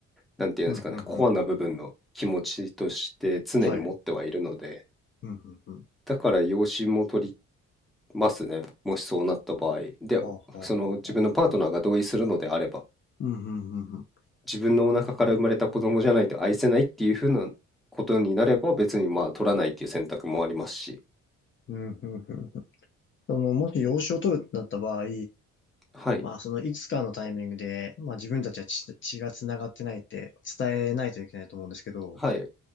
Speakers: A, in the centre; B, on the left.
A: なんていうんですかね、
B: うん、うん、
A: コアな部分の気持ちとして常に持ってはいるので、
B: うん、うん。うんはい。うん、うん、うん。
A: だから養子も取りますね。もしそうなった場合。で、
B: はあ、はあ、
A: その自分のパートナーが同意するのであれば、
B: はあ、はあ。うん、うん、うん、うん。
A: 自分のお腹から生まれた子供じゃないと愛せないっていうふうなことになれば、別にまあ取らないっていう選択もありますし。
B: うん、うん、うん。その、もし養子を取るってなった場合、
A: はい。
B: まあ、そのいつかのタイミングで、まあ自分たちは血、血が繋がってないって伝えないといけないと思うんですけど、
A: はい。い